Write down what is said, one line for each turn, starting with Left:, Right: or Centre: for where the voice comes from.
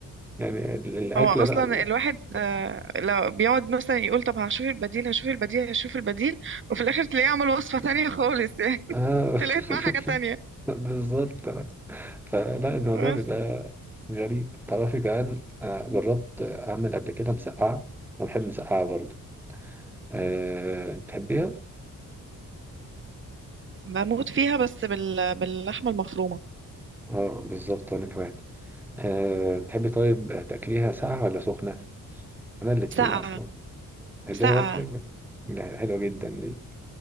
Centre: يعني ال- الأكلة
Right: هو اصلا
Centre: بقى
Right: الواحد آه، لو بيقعد مثلا يقول طب هشوف البديل هشوف البديل هشوف البديل وفي الاخر تلاقيه عمل وصفة تانية خالص يعني
Centre: آه
Right: <laughs>
Centre: <laughs>
Right: طلعت معاه حاجة تانية
Centre: بالظبط فلا الموضوع
Right: بس
Centre: بيبقى غريب تعرفي كمان أنا جربت أعمل قبل كده مسقعة أنا بحب مسقعة برضو أه تحبيها؟
Right: بموت فيها بس بال... باللحمة المفرومة
Centre: اه بالظبط أنا كمان أه تحبي طيب تأكليها ساقعة ولا سخنة؟ أنا الاتنين
Right: ساقعة
Centre: أصلا تحبيها
Right: ساقعة
Centre: برضه تاكل؟ لا، حلوة جدا دي